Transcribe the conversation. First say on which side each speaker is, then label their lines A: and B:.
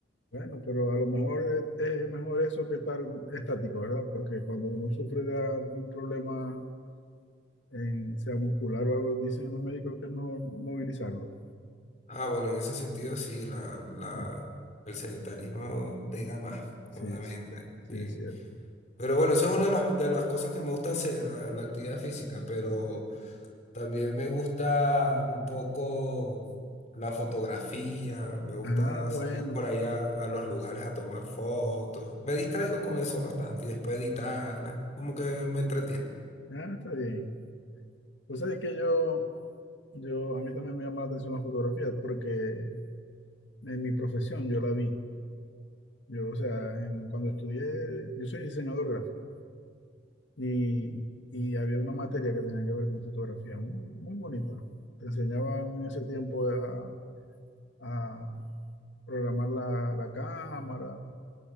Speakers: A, on the left (about 85°); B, on the left (about 40°).
A: Bueno, pero a lo mejor es, es mejor eso que estar estático, ¿verdad? Porque cuando uno sufre de a- de un problema, en, sea muscular o algo, dicen los médicos que es mejor movilizarlo.
B: Ah, bueno, en ese sentido sí, la, la,
A: Sí,
B: el sedentarismo pega más,
A: sí,
B: obviamente.
A: sí,
B: sí.
A: sí, es cierto.
B: Pero bueno, eso es una de las, de las cosas que me gusta hacer, la, la actividad física, pero... También me gusta un poco la fotografía, me gusta
A: Ah, bueno.
B: salir por ahí a, a los lugares a tomar fotos. Me distraigo con eso bastante y después editarla, como que me entretiene.
A: Ah, está bien. Pues sabes que yo, yo, a mí también me llama la atención la fotografía porque en mi profesión yo la vi. Yo, o sea, en- cuando estudié, yo soy diseñador gráfico. Y, y había una materia que tenía que ver con fotografía, muy, muy bonita. Te enseñaban en ese tiempo a, a programar la, la cámara.